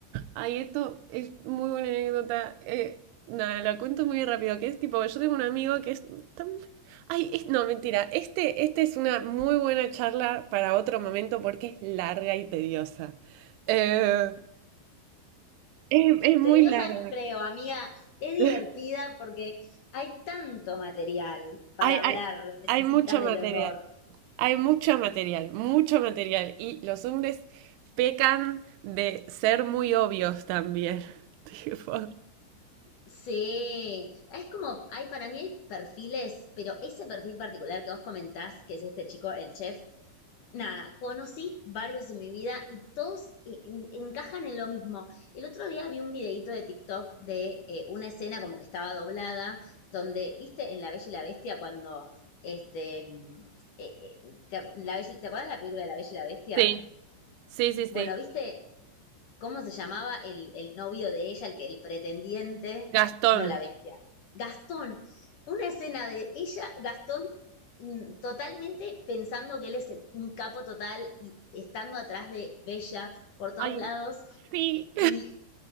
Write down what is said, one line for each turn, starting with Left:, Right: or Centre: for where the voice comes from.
Right: Ay, esto es muy buena anécdota. eh, nada, lo cuento muy rápido, que es tipo, yo tengo un amigo que es tan... Ay, es- no, mentira, este, este es una muy buena charla para otro momento porque es larga y tediosa. Eh, es, es muy
Left: tediosa,
Right: larga.
Left: no creo, amiga, es divertida
Right: <laughs>
Left: porque hay tanto material para
Right: Hay,
Left: hablar
Right: hay,
Left: de
Right: hay mucho
Left: citas
Right: material.
Left: del horror.
Right: Hay mucho material, mucho material. Y los hombres pecan de ser muy obvios también. <laughs> Tipo,
Left: Sí, es como, hay para mí hay perfiles, pero ese perfil particular que vos comentás, que es este chico, el chef, nada, conocí varios en mi vida y todos en- en- encajan en lo mismo. El otro día vi un videíto de TikTok de eh, una escena como que estaba doblada, donde, viste, en La Bella y la Bestia cuando, este, mm, eh, eh, ¿te, ac- la Bella- ¿te acuerdas la película de La Bella y la Bestia?
Right: Sí, sí, sí, sí.
Left: Bueno, viste, ¿Cómo se llamaba el, el novio de ella, el que el pretendiente?
Right: Gastón.
Left: No, la bestia. Gastón. Una escena de ella, Gastón, mm, totalmente pensando que él es un capo total y estando atrás de Bella por todos
Right: Ay,
Left: lados.
Right: sí,
Left: Y